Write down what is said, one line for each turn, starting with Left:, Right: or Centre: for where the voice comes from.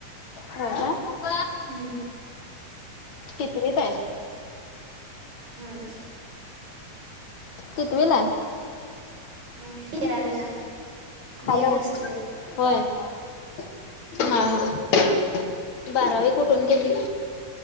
Left: हो का
Right: हम्म
Left: कितीती काय
Right: हम्
Left: किती वलाय
Right: हम्म, तेरावीला. B
Left: hello,
Right: A first year
Left: होय, हा हा. तू बारावी कुठून केली.